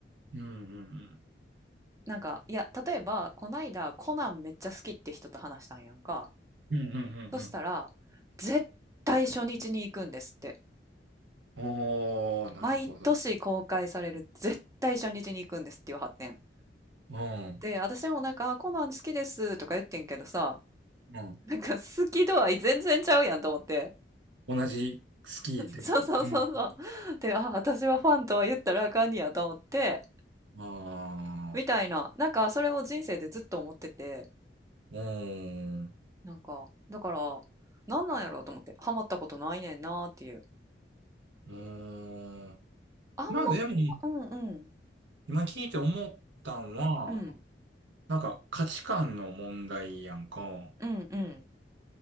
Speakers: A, on the right (about 80°); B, on the right (about 20°).
A: うんうんうん。
B: なんか、いや、例えば、こないだコナンめっちゃ好きって人と話したんやんか。
A: うんうんうんうん。
B: そしたら、絶対初日に行くんですって。
A: おー、なるほど。
B: 毎年公開される絶対初日に行くんですっていう発展。
A: うん。
B: で、私もなんか、あこナな好きですとか言ってんけどさ、
A: うん。
B: なんか好き度合い全然ちゃうやんと思って。
A: 同じスキーでも。
B: そうそうそうそうそう。
A: うん。
B: で、あ、私はファンとは言ったらあかんにやと思って、
A: ああ、
B: みたいな、なんかそれを人生でずっと思ってて、
A: うん。
B: なんか、だから、なんなんやろうと思って、ハマったことないねんなーっていう。
A: うん。
B: あんま、
A: まあでも、
B: うんうん、
A: 今聞いて思ったんは、
B: うん、
A: なんか価値観の問題やんか。
B: うんうん、